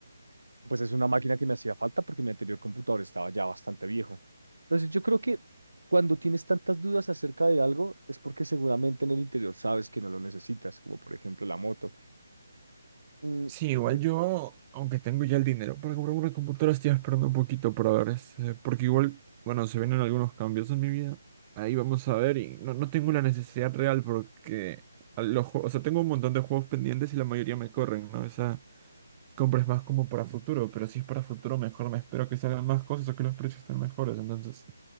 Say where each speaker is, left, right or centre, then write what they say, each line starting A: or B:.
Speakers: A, on the right; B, on the right.
A: Pues es una máquina que me hacía falta porque mi anterior computador estaba ya bastante viejo. Entonces yo creo que cuando tienes tantas dudas acerca de algo es porque seguramente en el interior sabes que no lo necesitas, como por ejemplo la moto. Mm,
B: Sí, igual
A: di-
B: yo, aunque tengo ya el dinero para comprar una computadora, estoy esperando un poquito para ver ese, porque igual, bueno, se vienen algunos cambios en mi vida. Ahí vamos a ver y no, no tengo la necesidad real porque a los juegos, o sea, tengo un montón de juegos pendientes y la mayoría me corren, ¿no? Esa compra es más como para futuro, pero si es para futuro mejor me espero que salgan más cosas o que los precios estén mejores, entonces